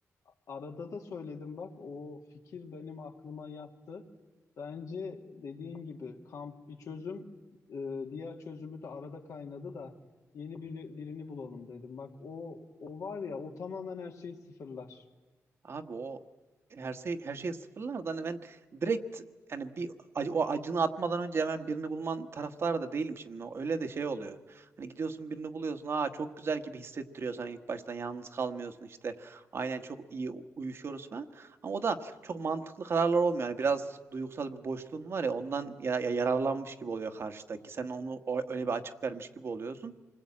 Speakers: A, on the left (about 70°); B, on the right (about 50°).
A: arada da söyledim bak o fikir benim aklıma yattı. Bence dediğin gibi kamp bir çözüm, e, diğer çözümü de arada kaynadı da yeni bir, birini bulalım dedim. Bak o o var ya o tamamen her şeyi sıfırlar.
B: Abi o her şey her şey sıfırlar da hani ben direkt yani bir acı- o acını atmadan önce hemen birini bulman taraftarı da değilim şimdi. O Öyle de şey oluyor. Hani gidiyorsun birini buluyorsun. Aa çok güzel gibi hissettiriyor sana ilk baştan yalnız kalmıyorsun işte. Aynen çok iyi u- uyuşuyoruz falan. Ama o da çok mantıklı kararlar olmuyor. Yani biraz duygusal bir boşluğun var ya ondan ya- ya- yararlanmış gibi oluyor karşıdaki. Sen onu o- öyle bir açık vermiş gibi oluyorsun.